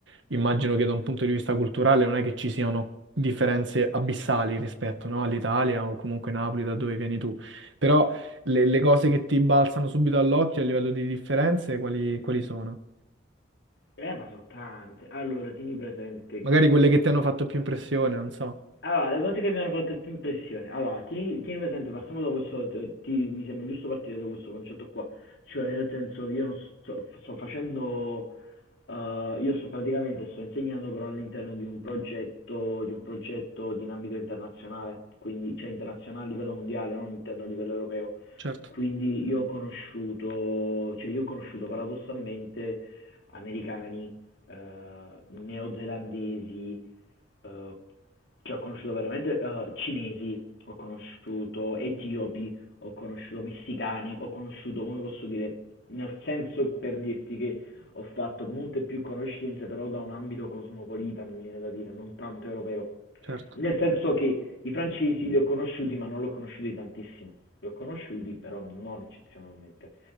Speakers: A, on the right (about 75°); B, on the left (about 70°).
A: immagino che da un punto di vista culturale non è che ci siano differenze abissali rispetto, no, all'Italia o comunque Napoli da dove vieni tu, però le, le cose che ti balzano subito all'occhio a livello di differenze, quali, quali sono?
B: eh, ma sono tante. Allora, tieni presente
A: Magari
B: che
A: quelle che ti hanno fatto più
B: eh,
A: impressione, non so.
B: Allora, le cose che mi hanno fatto più impressione. Allora, tieni, tieni presente, partiamo da questo. ti- mi sembra giusto partire da questo concetto qua. Cioè, nel senso che io non sto, sto facendo. eh, io sto praticamente sto insegnando però all'interno di un progetto, di un progetto di un ambito internazionale, quindi cioè internazionale a livello mondiale, non interno a livello europeo.
A: Certo,
B: Quindi io ho conosciuto, cioè io ho conosciuto paradossalmente americani, eh, neozelandesi, eh, cioè, ho conosciuto veramente eh, cinesi, ho conosciuto etiopi, ho conosciuto messicani, ho conosciuto, come posso dire, nel senso per dirti che ho fatto molte più conoscenze, però da un ambito cosmopolita, mi viene da dire, non tanto europeo.
A: certo.
B: Nel senso che i francesi li ho conosciuti, ma non li ho conosciuti tantissimo. Li ho conosciuti, però non eccezionalmente.